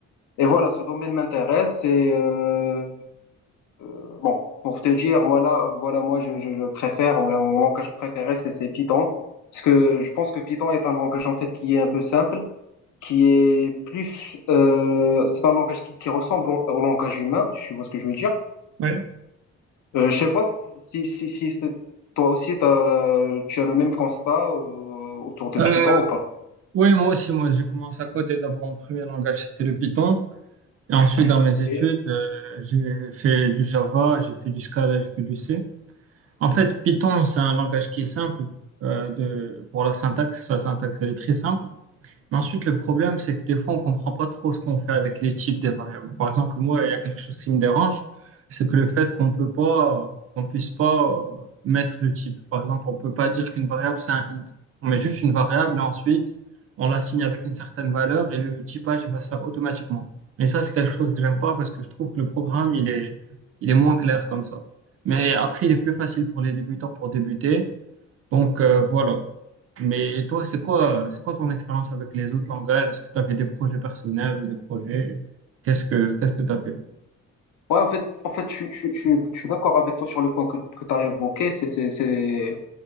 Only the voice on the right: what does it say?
Ouais.
Euh,
oui, moi aussi, moi, j'ai commencé à coder. D'abord, mon premier langage, c'était le Python. Et ensuite, dans mes études,
euh, j'ai fait du Java, j'ai fait du Scala, j'ai fait du C. En fait, Python, c'est un langage qui est simple euh, de, pour la syntaxe. Sa syntaxe, elle est très simple. Mais ensuite, le problème, c'est que des fois, on comprend pas trop ce qu'on fait avec les types des variables. Par exemple, moi, il y a quelque chose qui me dérange, c'est que le fait qu'on peut pas, qu'on puisse pas euh, mettre le type. Par exemple, on peut pas dire qu'une variable, c'est un int. On met juste une variable et ensuite, on l'assigne avec une certaine valeur et le typage il va se faire automatiquement. Et ça, c'est quelque chose que j'aime pas parce que je trouve que le programme, il est, il est moins clair comme ça. Mais après, il est plus facile pour les débutants pour débuter. Donc euh, voilà. Mais toi, c'est quoi, c'est quoi ton expérience avec les autres langages? Est-ce que tu as des projets personnels ou des projets? Qu'est-ce que qu'est-ce que tu as fait?